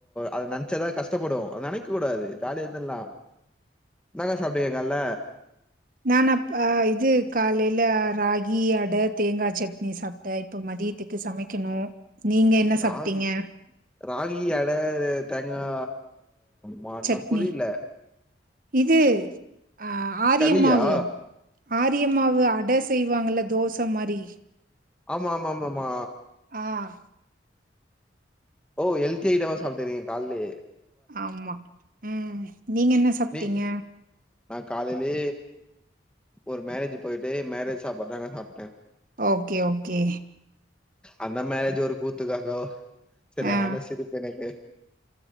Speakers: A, in the centre; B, on the right (about 45°).
A: அத நெனச்சாதா கஷ்டப்படு நெனைக்க கூடாது ஜாலியாஇந்தல்லா என்னக்கா சாப்டிங்க கால்ல
B: நானா பா இது காலைல ராகி அட தேங்கா சட்னி சாப் ட இப்ப மதியத்துக்கு சமைக்கணு நீங்க என்ன சாப்ட்டீங்க
A: ராகி ராகி அட தேங்கா மாட்னா
B: சட்னி
A: புரில
B: இது ஆ ஆரியம்மாவு
A: களியா
B: ஆரியம்மாவு அட செய்வாங்கல்ல தோச மாரி
A: ஆமா ஆமா ஆமா ஆமா
B: ஆ
A: ஓ ஹெல்தி ஐட்டம்மா சாப்ட்டுருறீங்க கால்லே
B: ஆமா ம் நீங்க என்ன சாப்ட்டீங்க
A: நீ நா காலேலே ஒரு மேரேஜ் போய்ட்டு மேரேஜ் சாப்பாடுதாக்கா சாப்ட்ட
B: ஓகே ஓகே
A: அந்த மேரஜ்ஜு ஒரு கூத்துக்காக செரியான
B: ஆ
A: சிரிப்பு எனக்கு